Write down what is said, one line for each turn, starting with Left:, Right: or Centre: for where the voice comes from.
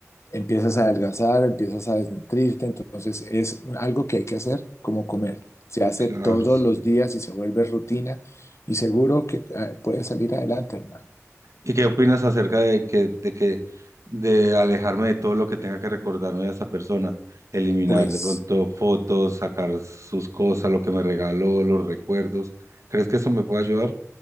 Left: empiezas a adelgazar, empiezas a desnutrirte, entonces es algo que hay que hacer como comer. Se hace
Right: claro,
Left: todos
Right: sí.
Left: los días y se vuelve rutina y seguro que eh, puedes salir adelante, hermano.
Right: ¿Y qué opinas acerca de que, de que, de alejarme de todo lo que tenga que recordarme a esa persona? Eliminar
Left: Pues,
Right: de pronto fotos, sacar sus cosas, lo que me regaló, los recuerdos. ¿Crees que eso me puede ayudar?